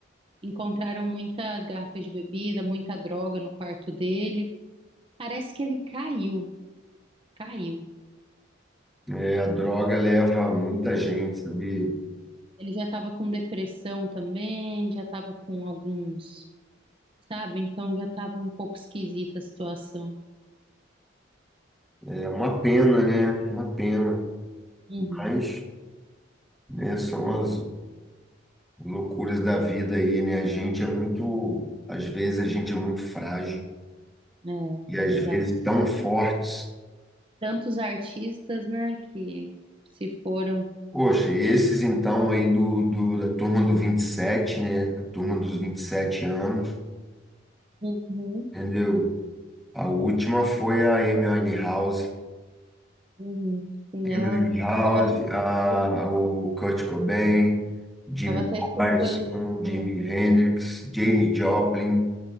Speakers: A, on the right; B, in the centre.
A: Encontraram muitas garrafas de bebida, muita droga no quarto dele. Parece que ele caiu, caiu.
B: É, a droga leva muita gente, sabe?
A: Ele já estava com depressão também, já estava com alguns, sabe? Então já estava um pouco esquisita a situação.
B: É uma pena, né? Uma pena.
A: Uhum,
B: Mas, né, são as Loucuras da vida aí, né? A gente é muito, às vezes a gente é muito frágil
A: é,
B: e às
A: exato.
B: vezes tão fortes.
A: Tantos artistas, né, que se foram.
B: Poxa, esses então aí do, do- da turma do vinte e sete né? A turma dos 27 anos,
A: Uhum,
B: entendeu? A última foi a Amy Winehouse,
A: uhum. Sim,
B: Amy
A: ela
B: Winehouse,
A: estava até escutando.
B: a, o Kurt Cobain, Jimmy
A: Tava até escutando,
B: Morrison, Jimi
A: ah,
B: Hendrix, Jane Joplin,